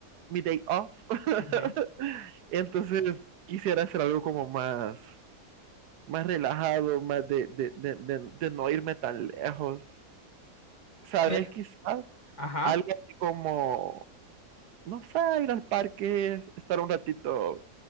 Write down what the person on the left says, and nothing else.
Ujú.
Mira,
ajá.